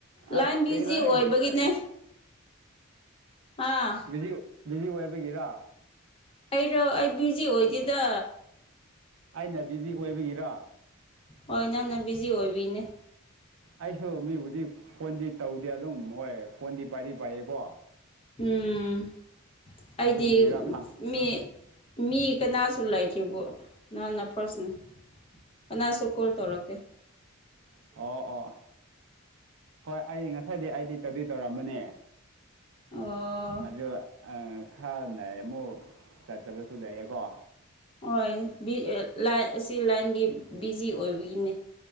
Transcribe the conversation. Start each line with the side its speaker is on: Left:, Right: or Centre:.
Right: ꯑꯁ
Left: line busy
Right: ꯀꯩꯅꯣꯍꯦ
Left: ꯑꯣꯏꯕꯒꯤꯅꯦ ꯑꯥ
Right: ꯕꯤꯖꯤ ꯕꯤꯖꯤ ꯑꯣꯏꯕꯒꯤꯔꯥ
Left: ꯑꯩꯔꯣ ꯑꯩ ꯕꯤꯖꯤ ꯑꯣꯏꯗꯦꯗ
Right: ꯑꯩꯅ ꯕꯤꯖꯤ ꯑꯣꯏꯕꯒꯤꯔ
Left: ꯍꯣꯏ ꯅꯪꯅ ꯕꯤꯖꯤ ꯑꯣꯏꯕꯒꯤꯅꯦ
Right: ꯑꯩꯁꯨ ꯃꯤꯕꯨꯗꯤ ꯐꯣꯟꯗꯤ ꯇꯧꯗꯦ ꯑꯗꯨꯝ ꯍꯣꯏ ꯐꯣꯟꯗꯤ ꯄꯥꯏꯗꯤ ꯄꯥꯏꯌꯦꯀꯣ
Left: ꯎꯝ
Right: ꯑꯗꯨꯒꯤꯔ
Left: ꯑꯩꯗꯤ
Right: ꯈꯪ
Left: ꯃꯤ ꯃꯤ ꯀꯅꯥꯁꯨ ꯂꯩꯇ꯭ꯔꯤꯕꯣ ꯅꯪꯅ ꯐꯔꯁꯅꯦ ꯑꯅꯥꯁꯨ ꯀꯣꯜ ꯊꯧꯔꯛꯇꯦ
Right: ꯑꯣ ꯑꯣ ꯍꯣꯏ ꯑꯩ ꯉꯁꯥꯏꯗꯤ ꯑꯩꯗꯤ ꯇꯧꯗꯤ ꯇꯧꯔꯝꯕꯅꯦ
Left: ꯑꯣ
Right: ꯑꯗꯨ ꯈꯔꯅ ꯑꯃꯨꯛ ꯆꯠꯇꯕꯁꯨ ꯂꯩꯌꯦꯀꯣ
Left: ꯍꯣꯏ ꯔꯤ ꯑ ꯂꯥꯏ ꯑꯁꯤ ꯂꯥꯏꯟꯒꯤ ꯕꯤꯖꯤ ꯑꯣꯏꯕꯒꯤꯅꯤ